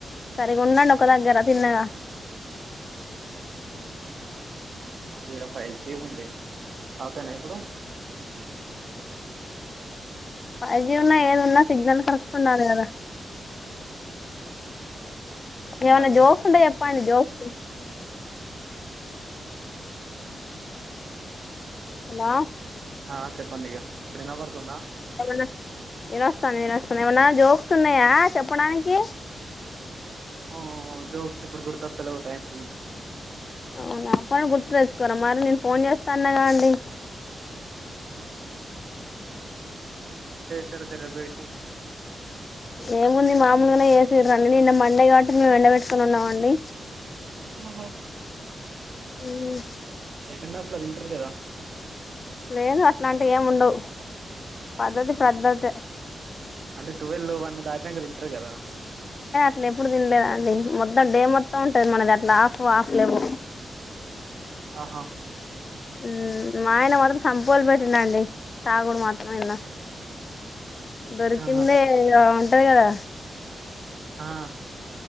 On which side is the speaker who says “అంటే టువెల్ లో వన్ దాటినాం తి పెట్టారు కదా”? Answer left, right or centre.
Right